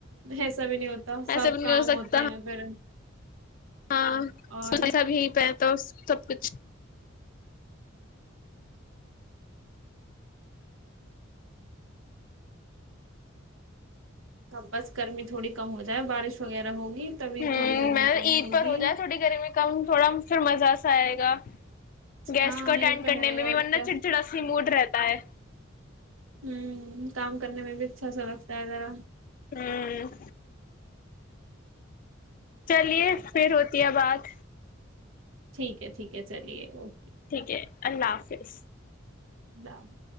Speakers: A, on the right (about 80°); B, on the left (about 40°).
A: ہ ایسا بھی نہیں ہوتا سب
B: ایسا بھی
A: کام
B: نہیں ہو سکتا
A: ہوتے ہیں پھر
B: ہاں
A: اور
B: سونچا سب ہی پہ تو سب کچھ
A: اب بس گرمی تھوڑی کم ہو جائے بارش وغیرہ ہوگی تبھی
B: ہمم
A: تھوڑی گرمی
B: میں
A: کم
B: عید
A: ہوگی
B: پر ہو جائے تھوڑی گرمی کم تھوڑا پھر مزہ آئے گا گیسٹ
A: ہاں
B: کو اٹینڈ
A: یہ تو
B: کرنے
A: ہے
B: میں بھی
A: اور
B: ورنہ
A: کیا
B: چڑچڑا سی موڈ رہتا ہے
A: ہوں کام کرنے میں بھی اچھا سا لگتا ہے ذرا
B: ہمم چلیے پھر ہوتی ہے بات
A: ٹھیک ہے ٹھیک ہے چلیے اوکے
B: ٹھیک ہے اللہ حافظ
A: اللہ حافظ